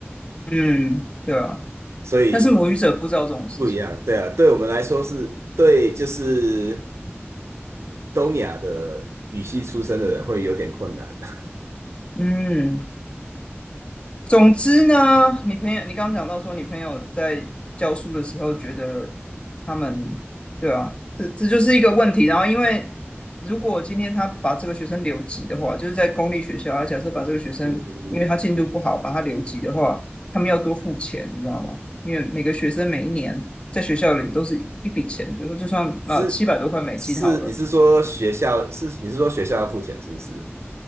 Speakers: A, on the left (about 25°); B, on the right (about 80°).
A: 嗯，对啊，
B: <laughs> 所以。
A: 但是母语者不知道这种事情。
B: 不一样，对啊，对我们来说是对，就是东亚的语系出身的人会有点困难。<laughs>
A: 嗯。总之呢，你朋友，你刚刚讲到说，你朋友在教书的时候觉得他们，对啊，这这就是一个问题。然后，因为如果今天他把这个学生留级的话，就是在公立学校，他假设把这个学生，
B: 嗯，
A: 因为他进度不好，把他留级的话，他们要多付钱，你知道吗？因为每个学生每一年在学校里都是一笔钱，比如说就算啊七百多块美金好了。
B: 是是，你是说学校是你是说学校要付钱是不是？